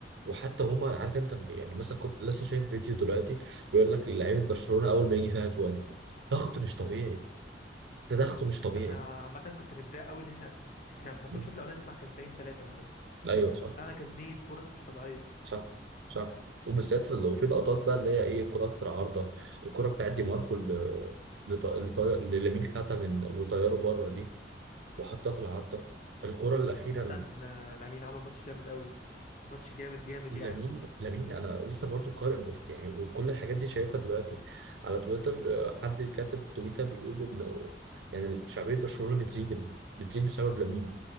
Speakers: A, on the right (about 75°); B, on the left (about 45°).
A: وحتى هما عارف انت يعني مثلا كنت لسه شايف فيديو دلوقتي بيقول لك لعيبه برشلونه اول ما يجي فيها جوان ضغط مش طبيعي ده ضغط مش طبيعي
B: انا عامه كنت متضايق قوي ان احنا احنا المفروض
A: م.
B: الشوط الاولاني نطلع كسبانين ثلاثه مثلا
A: ايوه
B: ال-
A: صح
B: طلعنا كميه فرص مش طبيعيه
A: صح صح وبالذات لو في لقطات بقى اللي هي ايه كرات في العارضه الكره بتاعت دي ماركو اللي لط- اللي طاير اللي لامين خدها من وطياره بره دي وحطها في العارضه الكره الاخيره
B: عامه آه، لامين عمل ماتش جامد قوي ماتش جامد جامد
A: لامين
B: يعني
A: لامين انا لسه برضو قارئ بوست يعني كل الحاجات دي شايفها دلوقتي على تويتر آه، حد كاتب تويتر بيقول انه يعني شعبيه برشلونه بتزيد بتزيد بسبب لامين